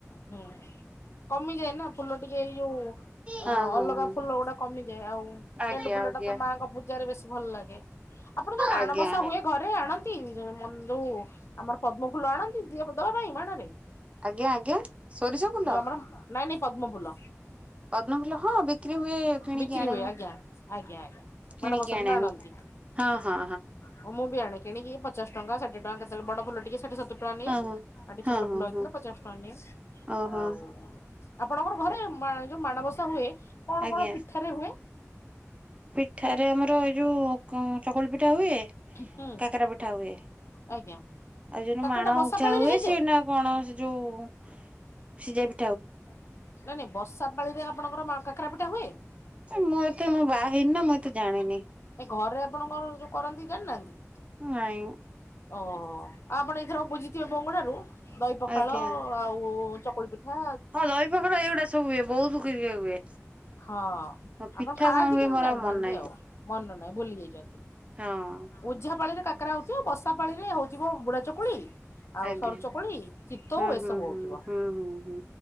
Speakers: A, on the left; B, on the right.
A: ହୁଁ। କମିଯାଏ ନା ଫୁଲ ଟିକେ ଏଇ ଯୋଉ
B: ହଁ ହଁ
A: ଅଲଗା
B: ହଁ।
A: ଫୁଲ ଗୋଟା କମିଯାଏ। ଆଉ
B: ଆଜ୍ଞା
A: ଗେଣ୍ଡୁ ଫୁଲ
B: ଆଜ୍ଞା
A: ଟା ତ ମାଙ୍କ ପୁ ଜାରେ ବେଶୀ ଭଲ ଲାଗେ। ଆପଣ ଯୋଉ ମାଣବସା
B: ଆଜ୍ଞା
A: ହୁଏ ଘରେ ଆଣ ନ୍ତି ଯୋଉ ମ ଯୋଉଁ ଆମର ପଦ୍ମ ଫୁଲ ଆଣନ୍ତି <unintelligible> ପାଇଁ ମାଣ ରେ
B: ଆଜ୍ଞା ଆଜ୍ଞା ସୋରିଷ ଫୁଲ?
A: ଆମର ନାଇଁ ନାଇଁ ପଦ୍ମଫୁଲ।
B: ପଦ୍ମ ଫୁଲ ହଁ ବିକ୍ରି ହୁଏ କିଣିକି
A: ବିକ୍ରି
B: ଆଣେ
A: ହୁଏ
B: ମୁଁ
A: ଆଜ୍ଞା ଆଜ୍ଞା ଆଜ୍ଞା
B: କିଣିକି
A: ମାଣବସା
B: ଆଣେ
A: ଦିନ ଆଣନ୍ତି
B: ମୁଁ ହଁ ହଁ
A: ହଁ ମୁଁ ବି ଆଣେ କିଣିକି ପଚାଶ ଟଙ୍କା ଷାଠିଏ ଟଙ୍କା କେତେବେଳେ ବଡ଼ ଫୁଲ ଟିକେ ପଚାଶ ସତୁୁର ଟଙ୍କା ନିଏ।
B: ହଁ ହଁ।
A: ଆଉ ଟିକେ
B: ହଁ
A: ଛୋଟ
B: ହଁ
A: ଫୁଲ ହେଇଥିଲେ
B: ହଁ
A: ପଚାଶ ଟଙ୍କା ନିଏ
B: ଓହୋ
A: ଆଉ ଆପଣଙ୍କର ଘରେ ଯୋଉ ମାଣବସା ହୁଏ କଣ
B: ଆଜ୍ଞା
A: କଣ ପିଠାରେ ହୁଏ
B: ପିଠାରେ ଆମର ଏଇ ଯୋଉ କ ଚକୁଳି ପିଠା ହୁଏ,
A: ହୁଁ
B: କାକରା ପିଠା ହୁଏ।
A: ଆଜ୍ଞା
B: ଆଉ ଯୋନ
A: କାକରା
B: ମାଣ
A: ଟା ବସା
B: ଉଝା
A: ପାଳିରେ
B: ହୁଏ
A: ହେଇଯାଏ?
B: ସେନା କଣ ସେ ଯୋଉ ସିଜାପି
A: ନା ନାଇଁ ବସ୍ <unintelligible> ଆପଣଙ୍କର ମା କାକେରା ପିଠା ହୁଏ?
B: ମୁଁ ଏତେ ମୋ ବାହାହେଇନି ନା ମୁଁ ଏତେ ଜାଣେନି।
A: ଏ ଘରେ ଆପଣଙ୍କର ଯୋଉ କରନ୍ତି ଜାଣିନାହାନ୍ତି?
B: ନାଇଁ।
A: ଓହୋ ଆଉ ଆପଣ ଏଇଥର ବୁଜିିଥିବେ ବୋଉଙ୍କ ଠାରୁ ଦହି ପଖାଳ,
B: ଆଜ୍ଞା।
A: ଆଉ ଚକୁଳି କଥାା
B: ହଁ ଦହି ପଖାଳ ଏଇଗୁଡା ସବୁ ହୁଏ ବହୁତ କି ହୁଏ।
A: ହଁ
B: ପିଠା
A: ଆପଣ ଖାଆନ୍ତି
B: କଣ ହୁଏ
A: କିନ୍ତୁ
B: ମୋର
A: ଜାଣିନାହାନ୍ତି
B: ଆଉ ମନ ନାହିଁ
A: ମନ ଭୁଲି ଯାଇଚନ୍ତି।
B: ହଁ।
A: ଉଝାପାଳିରେ କା ହଉଥିବ ବର୍ଷା ପାଣି ରେ ହଉଥିବ ବୁଢା ଚକୁଳି ଆଉ
B: ଆଜ୍ଞା
A: ସରୁ ଚକୁଳି ଚିତଉ
B: ହୁଁ
A: ଏସବୁ
B: ହୁଁ ହୁଁ
A: ହଉଥିବ
B: ହୁଁ ହୁଁ ହୁଁ